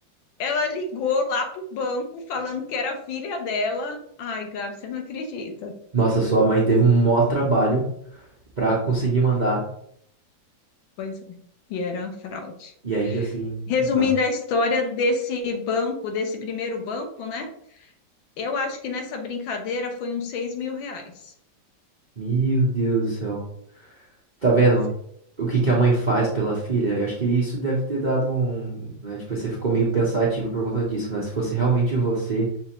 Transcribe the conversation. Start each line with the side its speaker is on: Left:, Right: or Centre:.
Left: Ela ligou lá pro banco falando que era a filha dela. Ai, Gabi, você não acredita.
Right: Nossa, sua mãe teve um maior trabalho pra conseguir mandar
Left: Pois é. E era uma fraude.
Right: e ainda assim.
Left: Resumindo
Right: Aham.
Left: a história desse banco, desse primeiro banco, né? Eu acho que nessa brincadeira foi uns seis mil reais.
Right: Meu Deus do céu. Tá vendo
Left: Pois é.
Right: o que que a mãe faz pela filha? Eu acho que isso deve ter dado um, né, tipo, você ficou meio pensativo por conta disso, né? Se fosse realmente você,